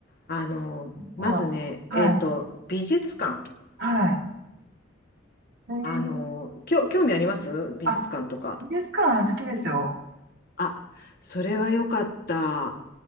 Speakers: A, on the left (about 50°); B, on the right (about 60°).
A: あの、
B: ここははい、
A: まずね、えっと、美術館。
B: はい。えー、
A: あの、きょ、興味あります美術館とか。
B: あ、美術館好きですよ。
A: あ、それは良かった。